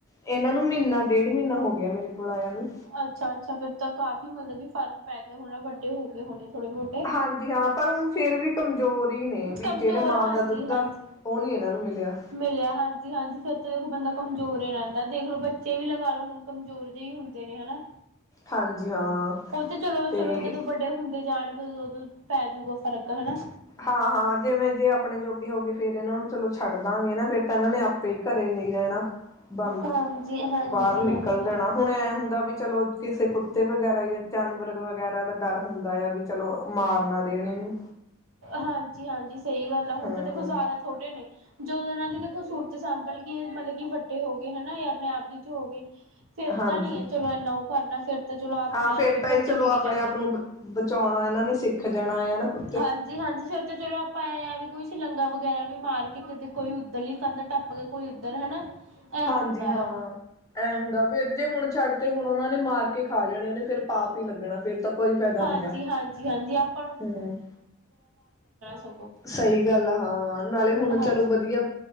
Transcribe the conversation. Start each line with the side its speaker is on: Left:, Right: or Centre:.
Left: ਇਹਨਾਂ ਨੂੰ ਮਹੀਨਾ ਡੇਢ ਮਹੀਨਾ ਹੋ ਗਿਆ, ਮੇਰੇ ਕੋਲ ਆਇਆ ਨੂੰ।
Right: ਅੱਛਾ ਅੱਛਾ, ਫੇਿਰ ਤਾਂ ਕਾਫ਼ੀ ਮਤਲਬ ਕਿ ਫ਼ਰਕ ਪੈ ਗਿਆ ਹੋਣਾ, ਵੱਡੇ ਹੋ ਗਏ ਹੋਣੇ ਥੋੜੇ ਬਹੁਤ
Left: ਹਾਂਜੀ ਹਾਂ, ਪਰ ਉਹ ਫੇਰ ਵੀ ਕਮਜ਼ੋਰੀ ਹੀ ਨੇ, ਵੀ
Right: ਕਮਜ਼ੋਰ
Left: ਜਿਹੜੇ ਮਾਂ
Right: ਹਾਂਜੀ
Left: ਦਾ ਦੁੱਧ
Right: ਹਾਂਜੀ
Left: ਆ, ਉਹ ਨੀ ਇਹਨਾਂ ਨੂੰ ਮਿਲਿਆ।
Right: ਮਿਲਿਆ ਹਾਂਜੀ ਹਾਂਜੀ ਫਿਰ ਦੇਖੋ ਬੰਦਾ ਕਮਜ਼ੋਰ ਹੀ ਰਹਿੰਦਾ, ਦੇਖ ਲੋ ਬੱਚੇ ਵੀ ਲਗਾ ਲਓ ਹੁਣ ਕਮਜ਼ੋਰ ਜਿਹੇ ਹੀ ਹੁੰਦੇ ਨੇ, ਹਨਾ।
Left: ਹਾਂਜੀ ਹਾਂ
Right: ਉਹ ਤੇ ਚਲੋ,
Left: ਤੇ
Right: ਚਲੋ ਜਦੋਂ ਵੱਡੇ ਹੁੰਦੇ ਜਾਣਗੇ ਉਦੋਂ ਪੈ ਜੂਗਾ ਫ਼ਰਕ, ਹਨਾ।
Left: ਹਾਂ-ਹਾਂ, ਜਿਵੇਂ ਜੇ ਆਪਣੇ ਜੋਗੇ ਹੋ ਗਏ, ਫੇਰ ਇਹਨਾਂ ਨੂੰ ਚਲੋ ਛੱਡ ਦਾਂਗੇ ਨਾ ਫੇਿਰ ਇਹਨਾਂ ਨੇ ਆਪੇ ਈ, ਘਰੇ ਨਹੀਂ ਰਹਿਣਾ ਬੰਦ
Right: ਹਾਂਜੀ ਹਾਂਜੀ
Left: ਬਾਹਰ ਨਿਕਲ
Right: ਹਾਂਜੀ
Left: ਜਾਣਾ, ਹੁਣ ਐ ਹੁੰਦਾ ਵੀ ਚਲੋ ਕਿਸੇ ਕੁੱਤੇ ਵਗੈਰਾ ਯ ਜਾਨਵਰ ਵਗੈਰਾ ਦਾ ਡਰ ਹੁੰਦਾ ਆ, ਵੀ ਚਲੋ ਮਾਰਨਾ ਦੇਣ ਇਹਨੂੰ
Right: ਹਾਂਜੀ-ਹਾਂਜੀ ਸਹੀ ਗੱਲ ਆ, ਹੁਣ
Left: ਹੂੰ-ਹੂੰ
Right: ਤਾਂ ਦੇਖੋ ਜ਼ਿਆਦਾ ਛੋਟੇ ਨੇ, ਜਦੋਂ ਇਹਨਾਂ ਦੀ ਦੇਖੋ ਸ ਤੇ ਸਾਂਭਲ ਕੇ, ਮਤਲਬ ਕਿ ਵੱਡੇ ਹੋ ਗਏ ਹਨਾ, ਇਹ ਆਪਣੇ ਆਪ ਜੀ 'ਚ ਹੋ ਗਏ ਫਿਰ
Left: ਹਾਂਜੀ
Right: ਤਾਂ ਨਈ ਐ ਚਲੋ ਇਨਾ ਉਹ ਕਰਨਾ, ਫਿਰ ਤਾਂ ਚਲੋ ਆਪਣੇ
Left: ਹਾਂ ਫੇਰ
Right: ਆਪ ਈ
Left: ਤਾਂ
Right: ਭੱਜੇ
Left: ਇਹ ਚਲੋ
Right: ਫਿਰੀ
Left: ਆਪਣੇ
Right: ਜਾਂਦੇ
Left: ਆਪ
Right: ਨੇ।
Left: ਨੂੰ ਬਚਾਉਣਾ ਇਹਨਾਂ ਨੇ ਸਿੱਖ ਜਾਣਾ ਆ ਨਾ, ਕੁ
Right: ਹਾਂਜੀ-ਹਾਂਜੀ, ਫਿਰ ਤੇ ਚਲੋ ਆਪਾਂ ਐ ਆ ਵੀ ਕੋਈ ਸ਼ਲੰਗਾ ਵਗੈਰਾ ਵੀ ਮਾਰ ਕੇ, ਕਿਤੇ ਕੋਈ ਉੱਧਰ ਲੀ ਕੰਧ ਟੱਪ ਕੇ, ਕੋਈ ਉੱਧਰ ਹਨਾ ਐ
Left: ਹਾਂਜੀ
Right: ਹੁੰਦਾ
Left: ਹਾਂ,
Right: ਆ
Left: ਐ ਹੁੰਦਾ ਫਰ ਤੇ ਜੇ ਹੁਣ ਛੱਡ ਤੇ ਹੁਣ ਉਹਨਾਂ ਨੇ ਮਾਰ ਕੇ ਖਾ ਜਾਣੇ ਨੇ, ਫੇਿਰ ਪਾਪ ਈ ਲੱਗਣਾ, ਫੇਰ ਤਾਂ ਕੋਈ ਫਾਇਦਾ ਨਈ।
Right: ਹਾਂਜੀ-ਹਾਂਜੀ, ਹਾਂਜੀ ਆਪ
Left: ਹੂੰ,
Right: ਸਗੋਂ
Left: ਸਈ ਗੱਲ ਹਾਂ, ਨਾਲੇ ਹੁਣ
Right: ਹਾਂਜੀ
Left: ਚਲੋ ਵਧੀਆ